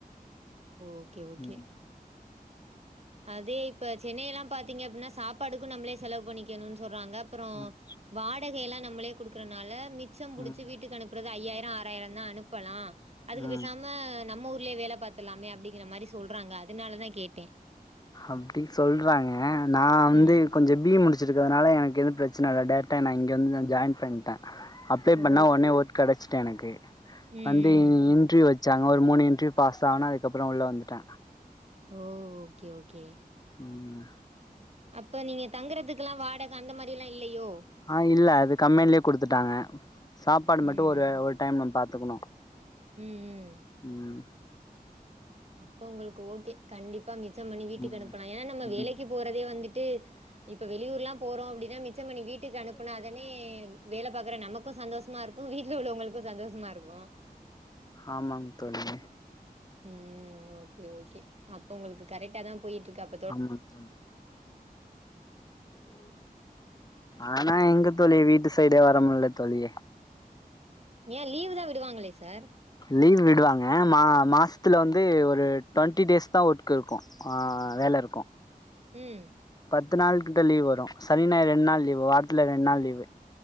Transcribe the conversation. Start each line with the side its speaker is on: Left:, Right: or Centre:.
Right: ஓக்கே ஓக்கே
Left: ம்
Right: அதே இப்ப சென்னைய எல்லா பாத்தீங்க அப்படின்னா சாப்பாடுக்கூ நம்ளே செலவு பண்ணிக்கணுன் சொல்றாங்க அப்பற
Left: ம்
Right: வாடகை எல்லா நம்மளே குடுக்கறனால மிச்சம் புடிச்சி
Left: ம்
Right: வீட்டுக் அனுப் ப்புறது ஐயாயிர ஆறாயிரந்தா அனுப்பலா அதுக்கு பெசாம
Left: ம்
Right: நம்ம ஊர்லே வேலை பாத்துலாமே அப்டிங்கிற மாரி சொல்றாங்க அதனாலதா கேட்டே
Left: அப்டி சொல்றாங்க நா அந்து
Right: ம்.
Left: கொஞ்சோ பி இ முடிச்சுருக்கனால எனக்கு எத பிரச்சனை இல்ல டேரெக்டாக என்ன இங்க வந்து நான் ஜாயின் பண்ணிட்ட அப்ள
Right: ஓ!
Left: பண்ண ஒன்னே ஓட் கிடச்சட்ட எனக்கு
Right: ம்,
Left: வந்து
Right: ம்.
Left: இன்ட்ர்வியூவ சச்சாங்க ஒரு மூணு இன்டீர்வூ பாஸ் ஆன அதுக்கப்பற உள்ள வந்துட்ட
Right: ஓ ஓக்கே ஓக்கே
Left: ம்
Right: அப்ப நீங்க தங்குறதுக்குல்லா வாடக அந்த மாரி எல்லா இல்லையோ
Left: ஆ இல்ல அது கம்பேனிலேயே குடுத்துட்டாங்க சாப்பாடு மட்டு
Right: ம்.
Left: ஒரு ஒரு டைம் நம் பாத்துக்குணு
Right: ம், ம்.
Left: ம்
Right: அப்ப உங்களுக்கு ஓகே கண்டிப்பா மிச்சம் பண்ணி வீட்டுக்கு
Left: ம்
Right: அனுப்பலா ஏன்னா நம்ம வேலைக்கி
Left: ம்
Right: போறதே வந்துட் ட்டு இப்ப வெளியூர்ல்லா போறோ அப்டின்னா மிச்சம்பன்னி வீட்டுக்கு அனுப்புனாதானே வேல பாக்குற நமக்கூ சந்தோஷமா இருக்கூ வீட்ல உள்ளவங்களுக்கூ சந்தோஷமா இருக்கூ
Left: ஆமாங் தோழி
Right: ம் ஓகே ஓகே அப்ப உங்களுக்கு கரெக்டா தா போயிட்ருக்கு அப்
Left: ஆமாங் தோழி ஆனா எங்க தோழி வீட்டு சைடே வரமுல்ல தோழி
Right: ஏ லீவு தா விடுவாங்களே சார்
Left: லீவ் விடுவாங்க மா மாசத்துல வந்து ஒரு ட்வொண்ட்டி டேஸ் தா ஒர்க் இருக்கூ ஆ வேல இருக்கூ
Right: ம்
Left: பத்து நாள் கிட்ட லீவ் வரு சனி நாயர் ரெண்ட் நாள் லீவு வாரத்துல ரெண்ட் நாள் லீவு